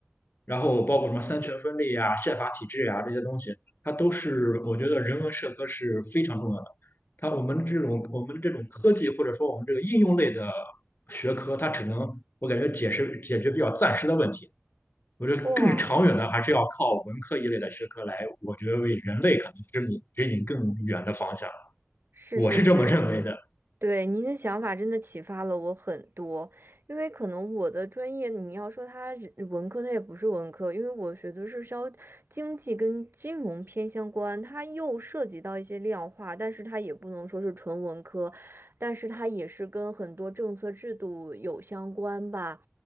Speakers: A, on the left (about 50°); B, on the right (about 60°).
A: 然后包括什么三权分立啊、宪法体制啊这些东西，它都是我觉得人文社科是非常重要的。它我们这种我们这种科技或者说我们这个应用类的学科，它只能我感觉解释解决比较暂时的问题。我觉得更长远的还是要靠文科一类的学科来，
B: 哇，
A: 我觉得为人类可能指引指引更远的方向。
B: 是是是。
A: 我是这么认为的。
B: 对，您的想法真的启发了我很多，因为可能我的专业，你要说它是文科，它也不是文科，因为我学的是稍经济跟金融偏相关，它又涉及到一些量化，但是它也不能说是纯文科，但是它也是跟很多政策制度有相关吧。